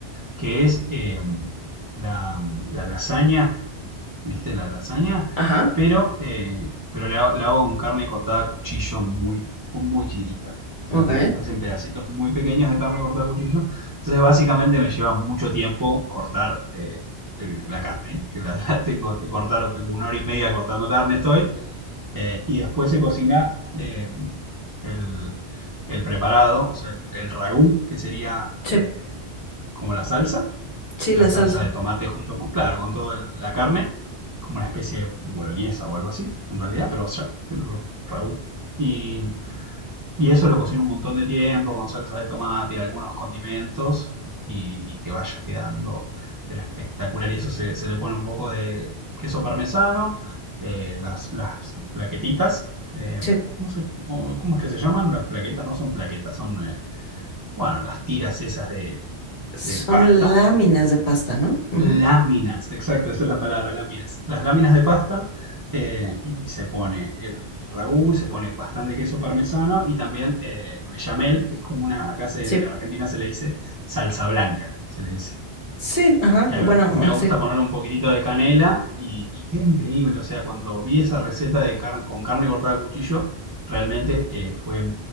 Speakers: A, on the right; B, on the left.
A: que es em, la, la lasaña ¿viste? La lasaña,
B: Ajá.
A: pero, eh, pero la, la hago con carne cortada a cuchillo muy, muy chiquitita. O
B: Ok.
A: sea, como si fuesen pedacitos muy pequeños de carne cortada a cuchillo. Entonces, básicamente me lleva mucho tiempo cortar eh, el- la carne, ¿eh? que la, <laughs> la tengo que cortar tipo una hora y media cortando carne estoy. eh, y después se cocina eh, el, el preparado, o sea, el, el ragú, que sería
B: Sí,
A: eh, como la salsa
B: Sí,
A: la
B: la
A: salsa
B: salsa.
A: de tomate junto con, claro, con toda la carne, como una especie de boloñesa o algo así, en realidad, pero ya, el raú. Y, y eso lo cocino un montón de tiempo con salsa de tomate y algunos condimentos y, y que vaya quedando, pero espectacular. Y eso se, se le pone un poco de queso parmesano, eh, las, las plaquetitas, eh,
B: sí.
A: no sé cómo, cómo es que se llaman, las plaquetas no son plaquetas, son, eh, bueno, las tiras esas de,
B: Son
A: de pasta
B: láminas de pasta, ¿no? Ujú.
A: Láminas, exacto, esa es la palabra, láminas. Las láminas de pasta eh, y se pone el ragú, se pone bastante queso parmesano y también eh, el bechamel, que es como una, acá se-
B: Sí.
A: en Argentina se le dice salsa blanca, se le dice
B: Sí, ajá,
A: que a
B: bueno,
A: mí me
B: ah,
A: gusta
B: sí,
A: ponerle un poquitito de canela y, y queda increíble. O sea, cuando vi esa receta de car- con carne cortada a cuchillo, realmente eh, fue,